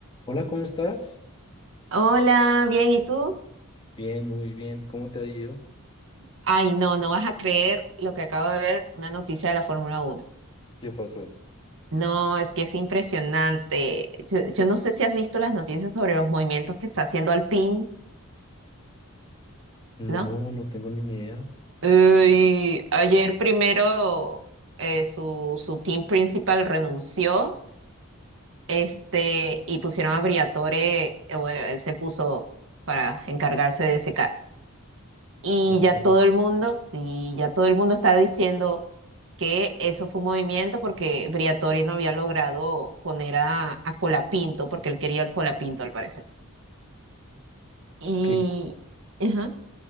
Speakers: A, on the left; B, on the right.
A: Hola, ¿cómo estás?
B: Hola, bien, ¿y tú?
A: Bien, muy bien. ¿Cómo te ha ido?
B: Ay, no, no vas a creer lo que acabo de ver, una noticia de la Fórmula Uno.
A: ¿Qué pasó?
B: No, es que es impresionante. Yo, yo no sé si has visto las noticias sobre los movimientos que está haciendo Alpine,
A: No,
B: ¿no?
A: no tengo ni idea.
B: Uy, ayer primero eh, su, su team principal renunció, este, y pusieron a Briatore, eh, bueno, él se puso para encargarse de ese carro. Y
A: En serio.
B: ya todo el mundo, sí, ya todo el mundo está diciendo que eso fue un movimiento porque Briatore no había logrado poner a, a Colapinto, porque él quería a Colapinto al parecer. Y,
A: Es que,
B: ajá.